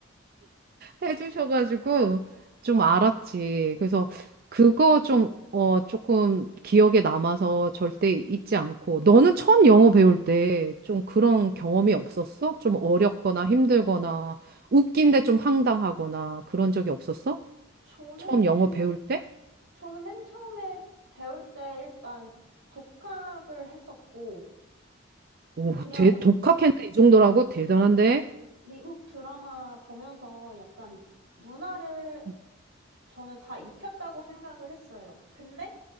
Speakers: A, on the right (about 50°); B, on the right (about 85°).
A: 해주셔가지고 좀 알았지. 그래서 그거 좀, 어, 조금 기억에 남아서 절대 잊지 않고. 너는 처음 영어 배울 때 좀 그런 경험이 없었어? 좀 어렵거나 힘들거나 웃긴데 좀 황당하거나 그런 적이 없었어?
B: 저는
A: 처음 영어 배울 때?
B: 저는 맨 처음에 배울 때 일단 독학을 했었고
A: 오,
B: 그냥
A: 대, 독학했네. 이 정도라고? 대단한데?
B: 미국 드라마 보면서 약간 문화를
A: 음.
B: 저는 다 익혔다고 생각을 했어요. 근데